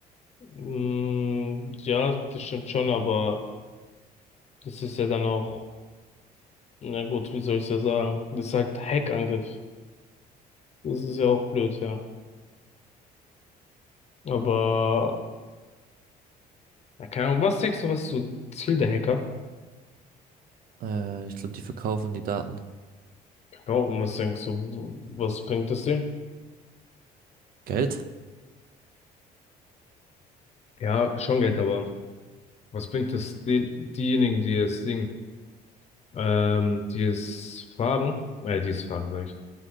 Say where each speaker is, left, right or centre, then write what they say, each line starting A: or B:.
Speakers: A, on the left (about 40°); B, on the right (about 60°).
A: Mm, Ja, das stimmt schon, aber das ist ja dann auch, na gut, wie soll ich ja sagen? Das ist halt Hackangriff. Das ist ja auch blöd, ja. Aber, ja, keine Ahnung, was denkst du, was ist so Ziel der Hacker?
B: Äh, ich glaube, die verkaufen die Daten.
A: Genau, und was denkst du, was bringt das denen?
B: Geld?
A: Ja, schon Geld, aber was bringt es den, diejenigen, die es Ding, ähm, die es fragen, äh, die es fragen, sag ich,